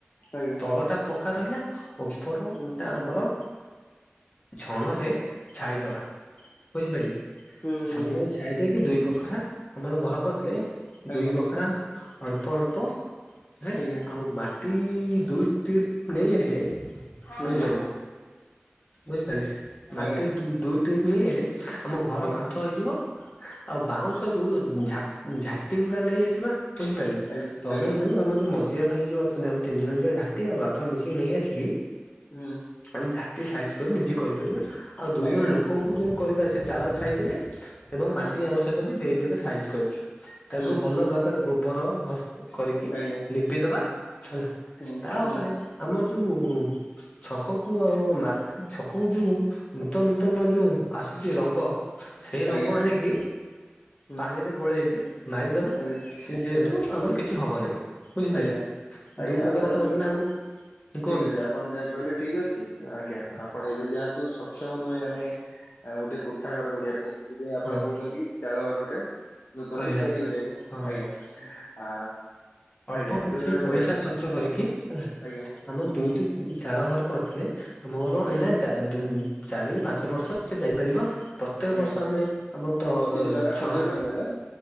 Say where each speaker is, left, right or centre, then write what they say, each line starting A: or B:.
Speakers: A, on the left; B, on the left.
A: ଆଜ୍ଞା
B: ତଳ ଟା ପକ୍କା ରହିଲା ଉପର
A: ହୁଁ
B: ଟା ଆମର ଝଣରେ ଛାଇଦବା ବୁଝିପାରିଲେ।
A: ହୁଁ
B: ଛଣରେ
A: ଆଜ୍ଞା
B: ଛାଇ ଦେଇକି ଦୁଇ ବଖରା ଆମର ଘର କରିଥିଲେ
A: ଆଜ୍ଞା
B: ଦୁଇ ବଖରା ଅଳ୍ପ ଅଳ୍ପରେ
A: ଆଜ୍ଞା
B: ଆଉ ମାଟି ଦୁଇ ଟିପ୍ ନେଇ ହେ ଦେ ବୁଝି
A: ଆଜ୍ଞା ଆଜ୍ଞା
B: ପାଇଲେ। ବୁଝିପାଇଲେ ମାଟି
A: ଆଜ୍ଞା
B: ଦୁଇ ଟିପ ନେଇ ଆସିଲେ ଆମ ଘର
A: ଆଜ୍ଞା
B: କାନ୍ଥ ହେଇଯିବ ଆଉ
A: ହୁଁ
B: ବାଉଁଶ ରୁ ଝାଟି ଝାଟି ଗୁଡା ନେଇ ଆସିବା ବୁଝିପାରିଲେ,
A: ଆଜ୍ଞା
B: ତମେ
A: ଆଜ୍ଞା
B: ମୁଁ ଆମ ଯୋଉ ମ ଝିଆ ଭାଇ ଯୋଉ ଅଛନ୍ତି ଆମେ ତିନି ଜଣ ଯ ଝାଟି ଆଉ ବାପା ମିଶିକି ନେଇ ଆସିକି
A: ହୁଁ।
B: ଆମେ ଝାଟି ସାଇଜ କରି ନିଜେ କରିପାରିବା ଆଉ ଦୁଇ
A: ଆଜ୍ଞା
B: ଜଣ ଲୋକଙ୍କୁ ଯୋଉ କରିବା ସେ ଚାଳ ଛାଇଦେବେ ଏବଂ
A: ହୁଁ
B: ମାଟି ଆମ ସହିତ ବି ଦେଇଦେବେ ସାଇଜ କରିିକି ତାକୁ
A: ହୁଁ
B: ଭଲ ଭାବରେ ଗୋବର କରିକି
A: ଆଜ୍ଞା
B: ଲିପିଦବା
A: ହୁଁ
B: ହେଲା।
A: ହୁଁ
B: ତାପରେ
A: ହୁଁ
B: ଆମର ଯୋଉ ଛକକୁ ଆଉ ମାର୍ ଛକକୁ ଯୋଉ ନୂତନ ନୂତନ ଯୋଉ ଆସୁଚି ରଙ୍ଗ, ସେଇ ରଙ୍ଗ
A: ଆଜ୍ଞା
B: ଆଣିକି
A: ହୁଁ
B: ପାଣିରେ ଗୋଳେଇକି ମାରିଦବା
A: ଆଜ୍ଞା
B: ସେ ଯେହେତୁ
A: ଆଜ୍ଞା
B: ଆମର କିଛି ହବ ନାହିଁ। ବୁଝିପାରିଲେ
A: ଆଜ୍ଞା ଆଜ୍ଞା,
B: ଦୁଇ ପ୍ରକାର
A: ଆପଣ
B: କରିଦେଲେ
A: ଯୋଉ
B: ଆମକୁ କୁହନ୍ତୁ
A: ଠିକ ଅଛି ଆପଣ ଯାହା କହିଲେ ଠିକ। ଠିକ ଅଛି ଆଜ୍ଞା ଆପଣ ଏବେ ଯାହେତୁ ସକ୍ଷମ ନୁହେଁ ଆମେ ଗୋଟେ କୋଠା ଘର କରିବା ପାଇଁ ସେଥିପାଇଁ ଆପଣ
B: ହଁ
A: କହୁଚନ୍ତି କି ଚାଳ ଘର ଗୋଟେ ନୂତନ
B: କରିବା
A: ଟେ ତିଆରି କରଆକୁ
B: ହଁ
A: ଆଜ୍ଞା ଆ ଆଜ୍ଞା
B: ଆପଣ କିଛି
A: ଦୁଇ ଘର
B: ପଇସା
A: କରିବାକୁ
B: ଖର୍ଚ୍ଚ କରିକି ହେଲା
A: ଆଜ୍ଞା
B: ଆମ ଦୁଇଟି ଚାଳ ଘର କରିଥିଲେ ଆମ ଘର
A: ଆଜ୍ଞା
B: ଏଇନା ଚାରିରୁ ପାଞ୍ଚ ବର୍ଷ ସେ ଯାଇପାରିବ। ପ୍ରତ୍ୟେକ
A: ଆଜ୍ଞା
B: ବର୍ଷ ଆମେ ଆମର ତ
A: କିଛି ଟଙ୍କା
B: ଛଣ
A: ସଞ୍ଚୟ କରିନେଲେ